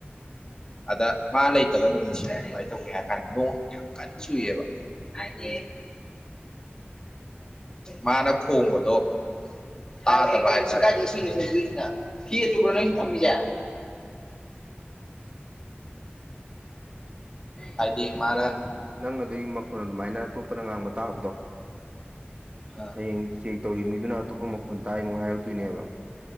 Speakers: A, on the left; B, on the right.
A: ꯑꯗ ꯃꯥ ꯂꯩꯇꯕ ꯅꯨꯃꯤꯠꯁꯤꯅ ꯀꯃꯥꯏ ꯇꯧꯒꯦ ꯍꯥꯏꯀꯥꯟꯗ ꯅꯣꯡ ꯌꯥꯝ ꯀꯟꯅ ꯆꯨꯏꯑꯦꯕ ꯑꯗ
B: ꯎꯝ
A: ꯃꯥꯅ ꯈꯣꯡꯕꯗꯣ ꯇꯥꯗꯕ ꯍꯥꯏꯇꯥꯔꯦ ꯀꯥꯏꯗꯩ ꯏꯁꯤꯡꯅꯣ ꯁꯤꯗ ꯍꯩꯗꯣꯛꯏꯁꯤꯅ ꯐꯤ ꯑꯆꯣꯠꯄꯔꯣ ꯅꯪ ꯁꯤ ꯊꯝꯃꯤꯁꯦ ꯍꯥꯏꯗꯤ ꯃꯥꯅ
B: ꯅꯪ ꯅꯪ ꯑꯗꯨꯏ ꯃꯈꯣꯟ ꯑꯗꯨꯃꯥꯏꯅ ꯑꯇꯣꯞꯄꯅ ꯉꯥꯡꯕ ꯇꯥꯕꯗꯣ
A: ꯑ
B: ꯍꯌꯦꯡ ꯆꯦꯛ ꯇꯧꯔꯤ ꯃꯤꯗꯨꯅ ꯑꯇꯣꯞꯄ ꯍꯣꯟꯇꯥꯏꯃꯨꯛ ꯍꯥꯏꯔꯛꯇꯣꯏꯅꯦꯕ